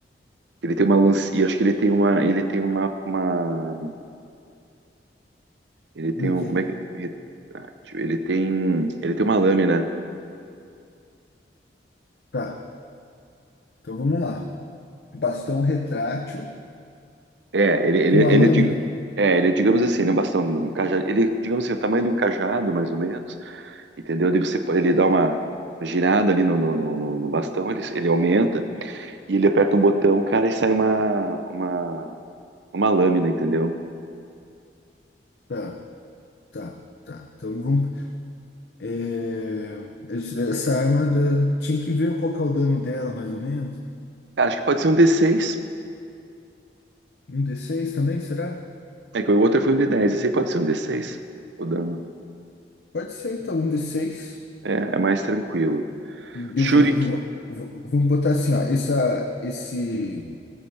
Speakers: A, on the right; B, on the left.
A: Ele tem uma lance, e acho que ele tem uma, ele tem uma, uma, ele tem
B: O
A: um,
B: quê?
A: como é que, retrátil, ele tem, ele tem uma lâmina,
B: Tá. Então vamos lá. Bastão retrátil
A: é, ele, ele,
B: com uma lâmina.
A: ele, é, di- é, ele, é, digamos assim, né, um bastão, um cajado, ele, é, digamos assim, é o tamanho de um cajado, mais ou menos, entendeu? Daí você, pode- ele dá uma girada ali no, no, no- no- no bastão, ele, ele aumenta e ele aperta um botão, cara, e sai uma, uma, uma lâmina, entendeu?
B: Tá, tá, tá. Então vamos É, essa arma da- tinha que ver qual que é o dano dela, mais ou menos.
A: Cara, acho que pode ser um d seis,
B: Um d seis também, será?
A: É que o outro foi um d dez, esse aí pode ser um d seis, o dano.
B: Pode ser, então, um d seis
A: É, é mais tranquilo.
B: E devo-
A: Shuriken,
B: vou- vou- vamos botar assim, ó. Essa, esse,